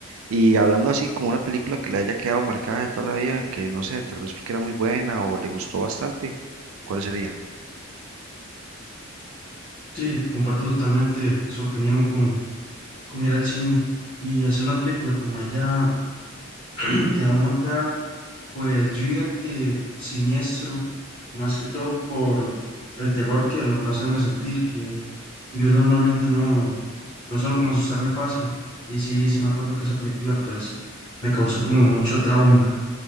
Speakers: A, on the right; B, on the left.
A: Y hablando así como una película que le haya quedado marcada de toda la vida, que no sé, tal vez porque era muy buena o le gustó bastante, ¿cuál sería?
B: Sí, comparto totalmente su opinión con, con ir al cine y así una película que me haya <clears throat> quedado marcada, pues yo diría que siniestro, más que todo por el terror que logró hacerme sentir, que yo normalmente no, no suelo como asustarme fácil. Y sí, sí me acuerdo que esa película pues me causó como mucho trauma.